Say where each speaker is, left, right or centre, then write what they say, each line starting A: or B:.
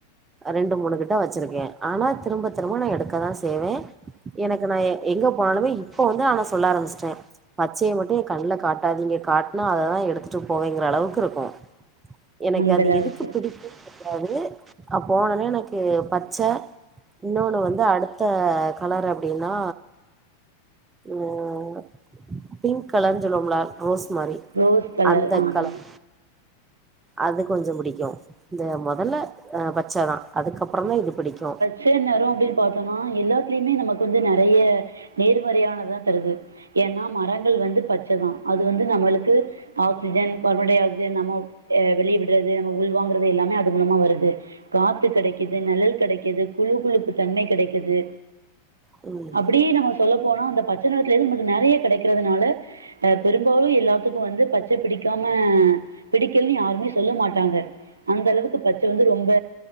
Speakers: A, on the right; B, on the right.
A: ரெண்டு மூணு கிட்ட வச்சிருக்கே ஆனா திரும்ப திரும்போ நா எடுக்கதா செய்வே எனக்கு நா எங்க போனாலுமே இப்ப வந்து நா சொல்ல ஆரம்பிச்சிட்டே பச்சைய மட்டு ஏ கண்ணுல காட்டாதீங்க காட்னா அததா எடுத்துட்டு போவேங்றளவுக்கு இருக்கு எனக்கு
B: அந்த
A: அது
B: அளவுக்கு
A: எதுக்கு பிடிக்குனு கெடையாது நா போனோனே எனக்கு பச்ச இன்னொன்னு வந்து அ டுத்த கலர் அப்டின்னா அ பிங்க் கலர்ன்னு சொல்வோம்ள ரோஸ் மாரி
B: ரோஸ் கலர்
A: அந்த
B: ஆ
A: கலர் அது கொஞ்சொ புடிக்கு இந்த மொதல்ல அ பச்சதா அதுக்கப்பறொந்தா இது புடிக்கு
B: சேரி நேரொ அப்டின்னு பாத்தோனா எல்லாத்திலியுமே நமக்கு வந்து நெறைய நேர்மறையான தா தருது ஏன்னா மரங்கள் வந்து பச்சதா அது வந்து நம்மளுக்கு ஆக்சிஜன் கார்பன்டை ஆக்சைடு நம்மோ ஏ வெளிய விடுறது நம்ம உள்வாங்கறது எல்லாமே அது மூலமா வருது காத்து கெடைக்குது நெழல் கெடைக்குது குளுகுளுப்பு தன்மை கெடைக்குது
A: ம்
B: அப்டியே நம்ம சொல்ல போனா அந்த பச்ச நெறத்துலேந்து நமக்கு நெறைய கெடைக்கிறதுனால அ பெரும்பாலு எல்லாத்துக்கு வந்து பச்சை பிடிக்காம பிடிக்கலனு யாருமே சொல்ல மாட்டாங்க அந்த அளவுக்கு பச்சை வந்து ரொம்ப